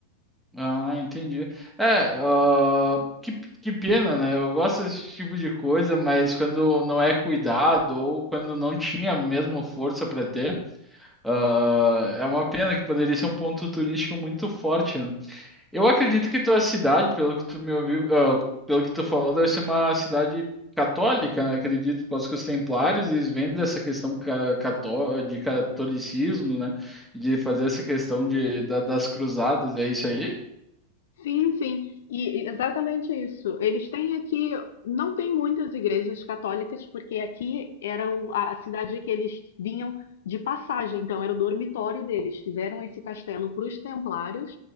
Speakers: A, in the centre; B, on the left.
A: Ah, entendi. É, ó, que, que pena, né? Eu gosto desse tipo de coisa, mas quando não é cuidado ou quando não tinha mesmo força para ter, ah, é uma pena que poderia ser um ponto turístico muito forte, né? Eu acredito que tua cidade, pelo que tu me ouviu, ah, pelo que tu falou, deve ser uma cidade católica, né? Acredito, por causa que os templários, eles vêm dessa questão ca- cató de catolicismo, né? E De fazer essa questão de, da- das cruzadas, é isso aí?
B: Sim, sim, e e exatamente isso. Eles têm aqui, não tem muitas igrejas católicas, porque aqui era o- a a cidade que eles vinham de passagem, então era o dormitório deles. Fizeram esse castelo para os templários,